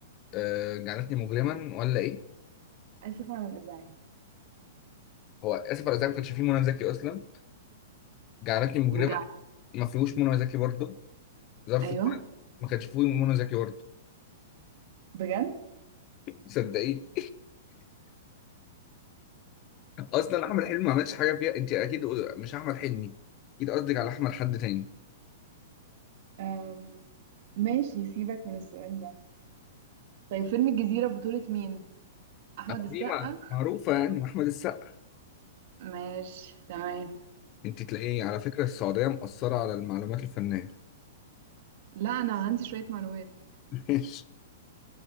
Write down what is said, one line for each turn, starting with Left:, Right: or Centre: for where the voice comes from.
Left: آه جعلتني مجرما ولا ايه
Right: اسف على الازعاج
Left: هو اسف على الازعاج ما كانش فيه منى زكي اصلا جعلتني مجرما
Right: وجعل
Left: ما فيهوش منى زكي برضه ظرف
Right: ايوه
Left: طارق ما كانش فيه منى زكي برضه
Right: بجد
Left: صدقيني <laughs> اصلا احمد حلمي ما عملش حاجه فيها انت اكيد مش احمد حلمي اكيد قصدك على احمد حد تاني
Right: أم... ماشي سيبك من السؤال ده طيب فيلم الجزيرة بطولة مين احمد السقا
Left: دي ما- معروفه يعني احمد السقا
Right: ماشي تمام
Left: انت تلاقيه على فكره السعوديه مقصره على المعلومات الفنيه
Right: لا انا عندي شوية معلومات
Left: <laughs> ماشي